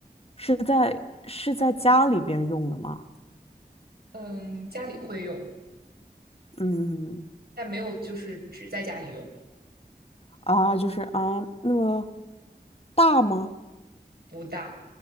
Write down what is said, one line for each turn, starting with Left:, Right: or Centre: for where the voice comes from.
Left: 是在是在家里边用的吗？
Right: 嗯，家里会用，
Left: 嗯，
Right: 但没有就是只在家里用，
Left: 啊，就是啊，那么大吗？
Right: 不大。